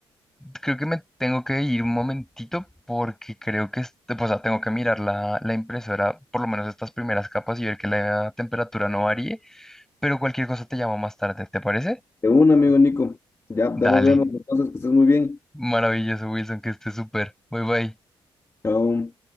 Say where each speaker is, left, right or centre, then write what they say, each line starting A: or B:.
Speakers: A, in the centre; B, on the left (about 30°).
A: creo que me tengo que ir un momentito porque creo que, es- o sea, tengo que mirar la, la impresora, por lo menos estas primeras capas y ver que la temperatura no varíe pero cualquier cosa te llamo más tarde, ¿te parece?
B: De un amigo Nico. Ya,
A: Dale,
B: ya nos vemos. Entonces, que estés muy bien.
A: maravilloso, Wilson, que estés súper. Bye bye.
B: Chao.